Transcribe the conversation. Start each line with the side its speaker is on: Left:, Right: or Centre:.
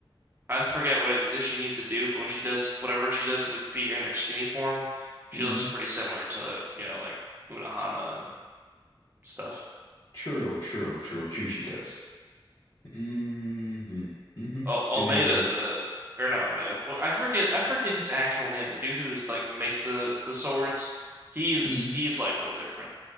Right: I forget what it is she needs to do, but when she does whatever she does to be in her skinny form, she
Left: mhm.
Right: looks pretty similar to, you know, like Unohana and stuff.
Left: True, true, true, true. She does. hmm hmm
Right: O
Left: Then
Right: Omeda
Left: there's the
Right: the or not Omeda. Well, I forget I forget his actual name. The dude who's like makes the the swords, he's
Left: hmm
Right: he's like real different.